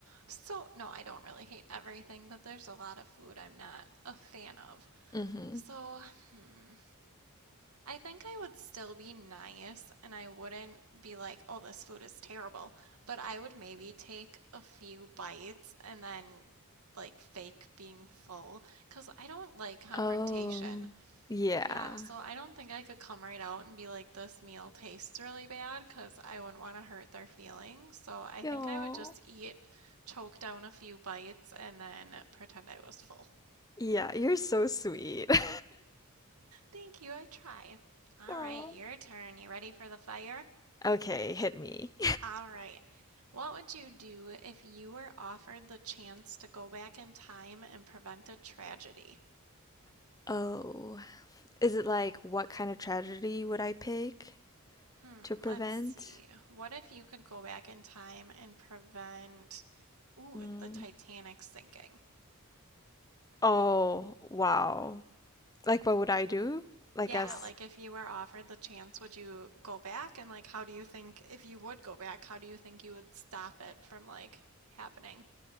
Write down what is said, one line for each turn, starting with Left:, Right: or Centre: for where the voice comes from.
Right: So, no, I don't really hate everything, but there's a lot of food I'm not a fan of.
Left: no. Mm-hmm.
Right: So, hmm, I think I would still be nice and I wouldn't be like, oh, this food is terrible. But I would maybe take a few bites and then like fake being full because I don't like confrontation.
Left: Oh, Yeah.
Right: Yeah, so I don't think I could come right out and be like, this meal tastes really bad because I wouldn't want to hurt their feelings. So I
Left: Yo.
Right: think I would just eat, choke down a few bites, and then pretend I was full.
Left: Yeah, you're so sweet. <laughs>
Right: Thank you, I try. All
Left: Oh.
Right: right, your turn. You ready for the fire?
Left: Okay, hit me.
Right: All right. What would you do if you were offered the chance to go back in time and prevent a tragedy?
Left: <laughs> Oh, Is it like what kind of tragedy would I pick
Right: Hmm,
Left: to prevent?
Right: let's see. What if you could go back in time and prevent Ooh,
Left: Mm.
Right: the Titanic sinking.
Left: Oh, wow. Like what would I do? Like
Right: Yeah,
Left: Yeah. as
Right: like if you were offered the chance, would you go back? And like, how do you think, if you would go back, how do you think you would stop it from like happening?